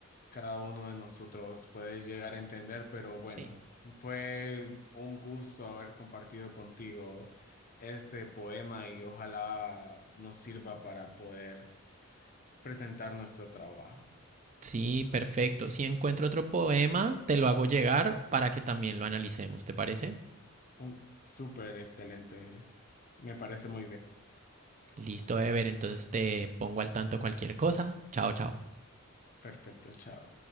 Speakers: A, on the left (about 40°); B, on the right (about 35°).
A: cada uno de nosotros puede llegar a entender, pero bueno,
B: Sí.
A: fue un gusto haber compartido contigo este poema y ojalá nos sirva para poder presentar nuestro trabajo.
B: Sí, perfecto. Si encuentro otro poema, te lo hago llegar para que también lo analicemos, ¿te parece?
A: Un súper excelente, me parece muy bien.
B: Listo, Ever, entonces te pongo al tanto cualquier cosa. Chao, chao.
A: Perfecto, chao.